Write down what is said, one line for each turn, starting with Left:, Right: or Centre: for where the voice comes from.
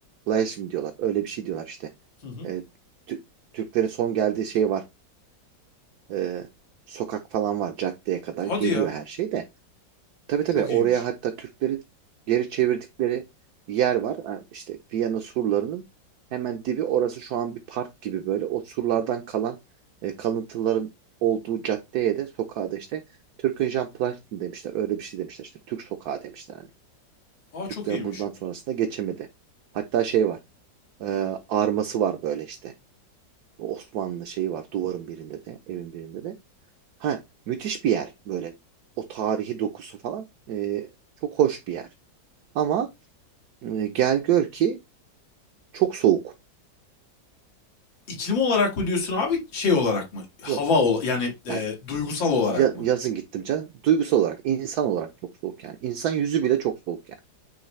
Right: Place mi diyorlar? Öyle bir şey diyorlar işte.
Left: Hı hı.
Right: E, Tü- Türklerin son geldiği şey var. Ee, sokak falan var caddeye kadar
Left: Hadi
Right: geliyor
Left: ya.
Right: her şey de. Tabii tabii
Left: Çok
Right: oraya
Left: iyiymiş.
Right: hatta Türklerin geri çevirdikleri yer var. Ha, İşte Viyana surlarının hemen dibi orası şu an bir park gibi böyle. O surlardan kalan e, kalıntıların olduğu caddeye de sokağa da işte Türkünjan Platin demişler. Öyle bir şey demişler işte Türk sokağı demişler hani.
Left: Aa
Right: Türkler
Left: çok iyiymiş.
Right: buradan sonrasında geçemedi. Hatta şey var. e, arması var böyle işte. O Osmanlı şeyi var duvarın birinde de evin birinde de. Ha, müthiş bir yer böyle. O tarihi dokusu falan e, çok hoş bir yer. Ama e, gel gör ki çok soğuk.
Left: İklim olarak mı diyorsun abi şey olarak mı? Hava
Right: Yok.
Left: ola- yani e,
Right: Ben
Left: duygusal olarak
Right: ya-
Left: mı?
Right: yazın gittim canım. Duygusal olarak, insan olarak çok soğuk yani. İnsan yüzü bile çok soğuk yani.